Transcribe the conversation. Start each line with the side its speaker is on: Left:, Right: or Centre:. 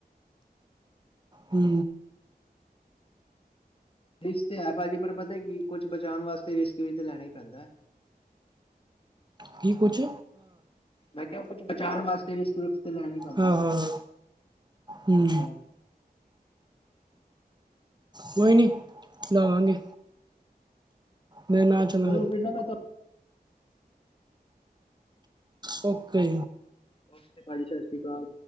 Right: ਹੂ
Left: ਰਿਸਕ ਤੇ ਹੈ ਭਾਜੀ, ਪਰ ਪਤਾ ਹੈ ਕਿ, ਕੁਛ ਬਚਾਉਣ ਵਾਸਤੇ ਰਿਸਕ ਵੀ ਤੇ ਲੈਣਾ ਹੀ ਪੈਂਦਾ। <inaudible>
Right: ਕੀ ਕੁਛ?
Left: ਮੈਂ ਕਿਆ ਕੁਛ ਬਚਾਣ ਵਾਸਤੇ <unintelligible> ਤੇ ਲੈਣਾ ਈ ਪੈਂਦਾ
Right: ਹਾਂ ਹਾਂ ਹਾਂ ਹੂੰ
Left: ਹਾਂ
Right: ਕੋਈ ਨਈ ਲਾਵਾਂਗੇ। ਮੈਂ ਨਾ ਚਲਾ
Left: ਚਲੋ ਫਿਰ ਨਾ ਮੈ ਤੁ
Right: ਔ ਕੇ
Left: ਬਤ ਤੇ, ਭਾਜੀ ਸਤਿ ਸ਼੍ਰੀ ਅਕਾਲ।